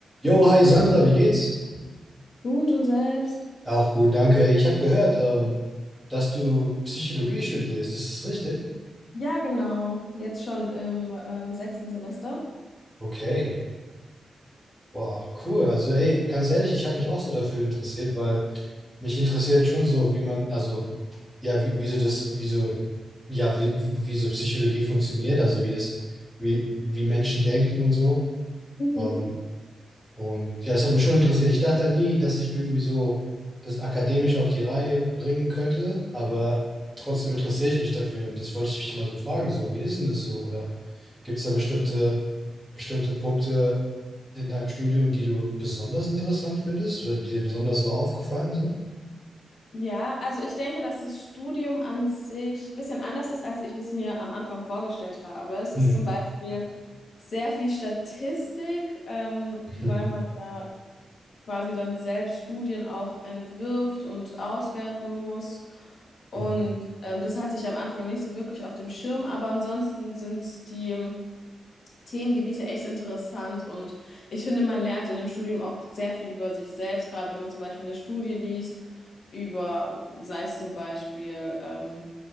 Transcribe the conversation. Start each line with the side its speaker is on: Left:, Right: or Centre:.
Centre: Jo, hi Sandra, wie geht's?
Left: Gut und selbst?
Centre: Auch gut, danke. Ich habe gehört, ähm, dass du Psychologie studierst. Ist das richtig?
Left: Ja, genau. Jetzt schon im ähm, sechsten Semester.
Centre: Okay. Wow, cool. Also, ey, ganz ehrlich, ich habe mich auch so dafür interessiert, weil mich interessiert schon so, wie man, also, ja, wie, wie so das, wie so, ja, wie, wie wie so Psychologie funktioniert, also wie das, wie, wie Menschen denken und so.
Left: Mhm.
Centre: Ähm, Und ja, das hat mich schon interessiert. Ich dachte halt nie, dass ich irgendwie so das akademisch auf die Reihe bringen könnte, aber trotzdem interessiere ich mich dafür. Und das wollte ich mich immer so fragen, so, wie ist denn das so? Oder gibt es da bestimmte, bestimmte Punkte in deinem Studium, die du besonders interessant findest oder die dir besonders so aufgefallen sind?
Left: Ja, also ich denke, dass das Studium an sich ein bisschen anders ist, als ich es mir am Anfang vorgestellt habe. Es
Centre: Hm.
Left: ist zum Beispiel sehr viel Statistik, ähm,
Centre: Mhm.
Left: weil man ja quasi dann selbst Studien auch entwirft und auswerten muss. Und
Centre: Mhm.
Left: ähm, das hatte ich am Anfang nicht so wirklich auf dem Schirm, aber ansonsten sind die Themengebiete echt interessant und ich finde, man lernt in dem Studium auch sehr viel über sich selbst, gerade wenn man zum Beispiel eine Studie liest über, sei es zum Beispiel ähm,